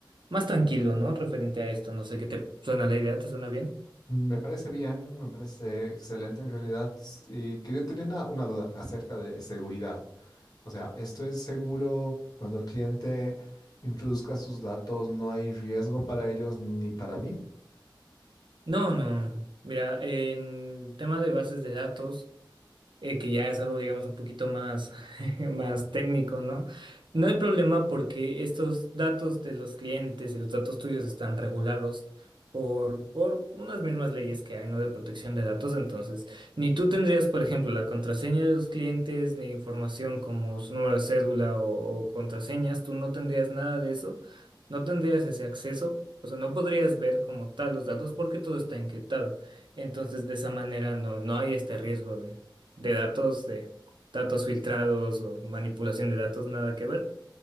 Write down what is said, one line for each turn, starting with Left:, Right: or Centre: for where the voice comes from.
Right: más tranquilo, ¿no? Referente a esto, no sé qué te suena la idea, ¿te suena bien?
Left: Me parece bien, me parece excelente en realidad. Y quería tener una, una duda acerca de seguridad. O sea, esto es seguro cuando el cliente introduzca sus datos, no hay riesgo para ellos ni para mí.
Right: No, no, no. Mira, en tema de bases de datos, eh, que ya es algo, digamos, un poquito más, <laughs> más técnico, ¿no? No hay problema porque estos datos de los clientes y los datos tuyos están regulados por, por unas mismas leyes que hay, ¿no? De protección de datos. Entonces, ni tú tendrías, por ejemplo, la contraseña de los clientes, ni información como su número de cédula o, o contraseñas, tú no tendrías nada de eso, no tendrías ese acceso. O sea, no podrías ver como tal los datos porque todo está encriptado. Entonces, de esa manera no, no hay este riesgo de datos, de datos filtrados o manipulación de datos, nada que ver.